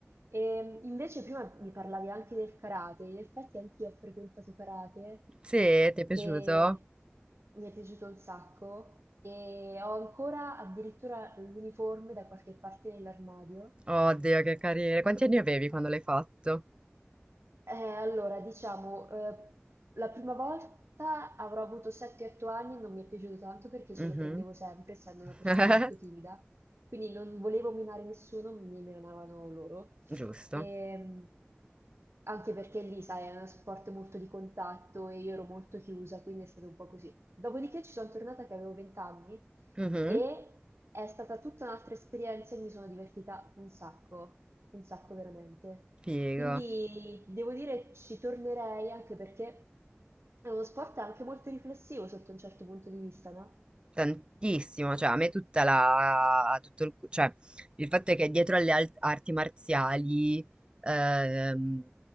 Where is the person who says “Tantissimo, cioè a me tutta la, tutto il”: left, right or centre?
Right